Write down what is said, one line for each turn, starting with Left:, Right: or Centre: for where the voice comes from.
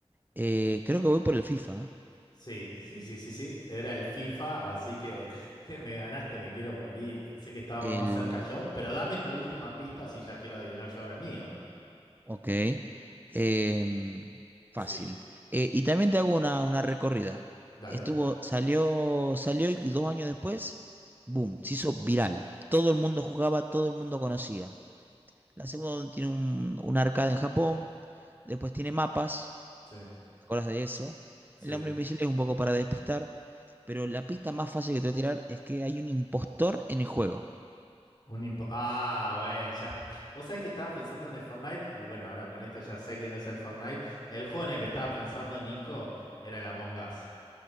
Right: Eh, creo que voy por el FIFA.
Left: Sí, sí, sí, sí, sí. Era el FIFA, así que, que me ganaste, me quiero morir. Pensé que estaba
Right: ¿eh?
Left: más
Right: El
Left: cerca yo, pero dame tu última pista si ya quiero adivinar yo ahora el mío.
Right: Ok. Em, fácil.
Left: Sí,
Right: Eh, y también te hago una, una recorrida.
Left: dale.
Right: Estuvo, salió, salió y dos años después, boom,
Left: Mm,
Right: se hizo viral. Todo el mundo jugaba, todo el mundo conocía. La segunda tiene un, un arcade en Japón, después tiene mapas,
Left: Sí,
Right: ¿te acuerdas de eso?
Left: sí.
Right: El hombre invisible es un poco para despistar, pero la pista más fácil que te voy a tirar es que hay un impostor en el juego.
Left: Un impo- ah, bueno, ya está. Vos sabés que estaba pensando en el Fortnite y bueno, ahora con esto ya sé que no es el Fortnite. El juego en el que estaba pensando, Nico, era el Among Us.